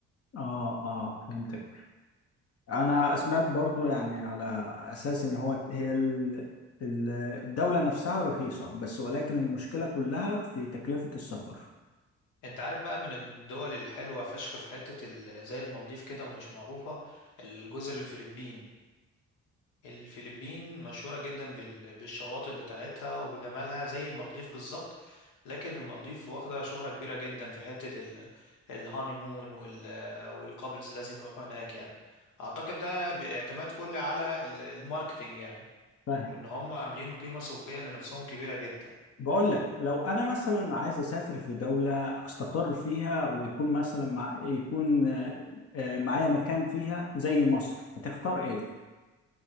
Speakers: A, on the left; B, on the left.
A: آه آه فهمتك انا سمعت برضو يعني على اساس ان هو هي ال- ال- الدولة نفسها رخيصة بس ولكن المشكلة كلها في تكلفة السفر
B: انت عارف بقى من الدول الحلوة فشخ في حتة ال- زي المالديف كده ومش معروفة الجزر الفلبين الفلبين مشهورة جدا بال- بالشواطئ بتاعتها وبجمالها زي المالديف بالظبط لكن المالديف واخدة شهرة كبيرة جدا في حتة ال- الهانيمون وال- والكابلز لازم يروحوا هناك يعني أعتقد ده باعتماد كلي على ال- الماركتينج يعني
A: فاهم
B: وإن هم عاملين قيمة سوقية لنفسهم كبيرة جدا
A: بقول لك لو انا مثلا عايز اسافر في دولة استقر فيها ويكون مثلا مع يكون آه، آه، معايا مكان فيها زي مصر هتختار ايه؟